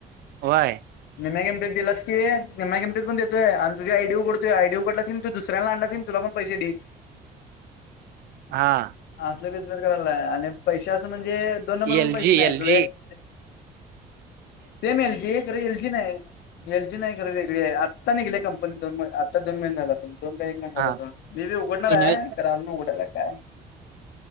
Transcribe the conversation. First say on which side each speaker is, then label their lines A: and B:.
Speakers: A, on the right; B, on the left.
A: व्हयं
B: निम्म्या किंमतीत दिलास की, निम्म्या किंमतीत पण देतोय आणि तुझी आय डी उघडतोय, आयडी उघडलास की, तू दुसऱ्याला आणलास की नाही तुला पण पैसे ढीग.
A: हा
B: असले बिझनेस करायलाय आणि पैशे असं म्हणजे दोन नंबर पण
A: एल
B: पैसे
A: जी
B: नाही
A: एल
B: तुला
A: जी
B: एक सेम एल जी आहे, खरं एल जी नाही, एल जी नाही, खरं वेगळी आहे आत्ता निघल्या कंपनी. दोन म आत्ता दोन महिने झाल असल, दोन का एक महिना
A: हा
B: झालं असून मी बी उघडणार
A: इन्व्हे
B: आहे आजून उघडायचाय काय